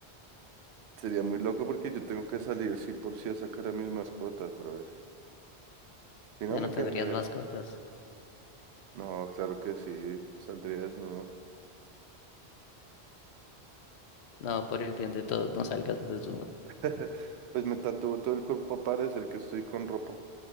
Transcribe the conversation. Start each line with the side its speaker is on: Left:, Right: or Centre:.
Right: Sería muy loco porque yo tengo que salir sí por sí a sacar a mis mascotas, brother. Si no
Left: ya
Right: me
Left: no
Right: quedaría.
Left: tendrías mascotas.
Right: No, claro que sí. Saldría desnudo.
Left: No, por el bien de todos, no salgas desnudo.
Right: <laughs> Pues me tatúo todo el cuerpo para parecer que estoy con ropa.